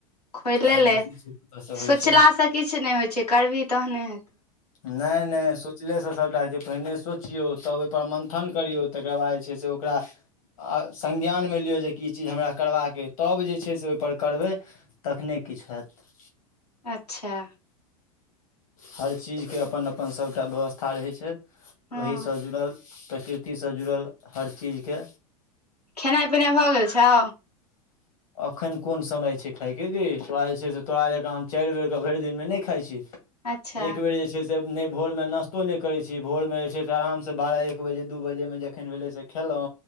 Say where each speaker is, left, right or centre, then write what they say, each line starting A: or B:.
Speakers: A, on the left; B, on the left.
A: खोइले
B: आब
A: ले
B: देखै छियै कतऽ सँ होइ
A: सोचलासँ
B: छै
A: किछ नहि होइ छै करबिही तहने हेतौ
B: नहि नहि सोचलेसँ सभटा होइ छै पहिने सोचियौ तब ओहिपर मन्थन करियौ तकर बाद जे छै से ओकरा आ संज्ञानमे लियौ जेकि ई चीज हमरा करबाक अइ तब जे छै से ओहिपर करबै तखने किछ हैत
A: अच्छा
B: हर चीजके अपन अपन सभटा व्यवस्था रहैत छै
A: हँ
B: ओहिसँ जुड़ल प्रकृतिसँ जुड़ल हर चीजके
A: खेनाइ पिनाइ भऽ गेल छौ
B: अखन कोन समय छै खायके गे तोरा जे छै से तोरा जका हम चाइर बेर कऽ भरि दिनमे नहि खाइ छी
A: अच्छा
B: एक बेर जे छै से से नहि भोरमे नाश्तो नहि करै छी भोरमे जे छै से आरामसँ बारह एक बजे दू बजेमे जखन भेलै से खेलौं